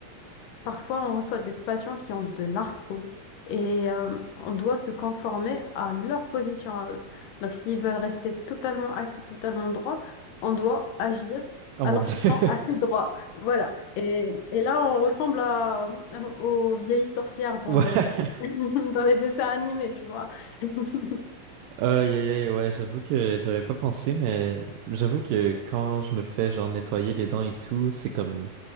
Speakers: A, on the left (about 75°); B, on the right (about 80°).
A: Parfois, on reçoit des patients qui ont de l'arthrose et euh, on doit se conformer à leur position à eux. Donc, s'ils veulent rester totalement assis, totalement droits, on doit agir
B: Oh
A: alors
B: mon Dieu.
A: qu'ils sont assis
B: <laughs>
A: droits. Voilà. Et, et là, on ressemble à, euh, aux vieilles sorcières dans,
B: Ouais.
A: <laughs> dans les dessins animés, tu vois. <laughs>
B: Aïe, aïe, aïe, ouais, j'avoue que j'avais pas pensé, mais j'avoue que quand je me fais genre nettoyer les dents et tout, c'est comme